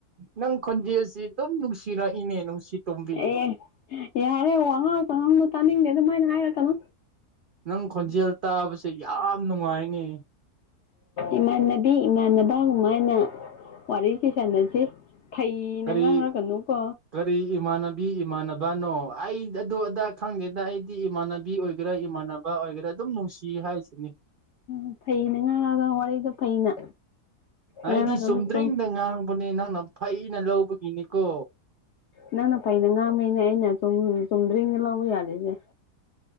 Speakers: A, on the right; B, on the left.
A: ꯅꯪ ꯈꯣꯟꯖꯦꯜꯁꯤ ꯑꯗꯨꯝ ꯅꯨꯡꯁꯤꯔꯛꯏꯅꯦ ꯅꯨꯡꯁꯤ ꯇꯣꯝꯕꯤ
B: ꯑꯦ ꯌꯥꯔꯦ ꯋꯥꯉꯥꯡ ꯁꯥꯉꯥꯡꯗꫭ ꯇꯥꯅꯤꯡꯗꯦ ꯑꯗꯨꯃꯥꯏꯅ ꯍꯥꯏꯔꯛꯀꯅꯨ
A: ꯅꯪ ꯈꯣꯟꯖꯦꯜ ꯇꯥꯕꯁꯦ ꯌꯥꯝ ꯅꯨꯡꯉꯥꯏꯅꯦ
B: ꯏꯃꯥꯟꯅꯕꯤ ꯏꯃꯥꯟꯅꯕ ꯑꯗꯨꯃꯥꯏꯅ ꯋꯥꯔꯤꯁꯤ ꯁꯥꯟꯅꯁꯤ ꯐꯩꯅ
A: ꯀꯔꯤ
B: ꯉꯥꯡꯔꯛꯀꯅꯨ ꯀꯣ
A: ꯀꯔꯤ ꯏꯃꯥꯟꯅꯕꯤ ꯏꯃꯥꯟꯅꯕꯅꯣ ꯑꯩ ꯑꯗꯨ ꯑꯗꯥ ꯈꯪꯗꯦꯗ ꯑꯩꯗꯤ ꯏꯃꯥꯟꯅꯕꯤ ꯕꯤ ꯑꯣꯏꯒꯦꯔꯥ ꯏꯃꯥꯟꯅꯕ ꯑꯣꯏꯒꯦꯔꯥ ꯑꯗꯨꯝ ꯅꯨꯡꯁꯤ ꯍꯥꯏꯁꯤꯅꯤ
B: ꯎ ꯐꯩꯅ ꯉꯥꯒ ꯋꯥꯔꯤꯗ ꯐꯩꯅ
A: ꯑꯩꯗꯤ
B: ꯉꯥꯡꯔꯒꯅꯨ
A: ꯆꯨꯝꯗ꯭ꯔꯤꯡꯗ
B: ꯆꯨꯝ
A: ꯉꯥꯡꯕꯅꯦ ꯅꯪꯅ ꯐꯩꯅ ꯂꯧꯕꯒꯤꯅꯤꯀꯣ
B: ꯅꯪꯅ ꯐꯩꯅ ꯉꯥꯡꯕꯩꯅꯦ ꯑꯩꯅ ꯆꯨꯝ ꯆꯨꯝꯗ꯭ꯔꯤꯡ ꯂꯧꯕ ꯌꯥꯗꯩꯁꯦ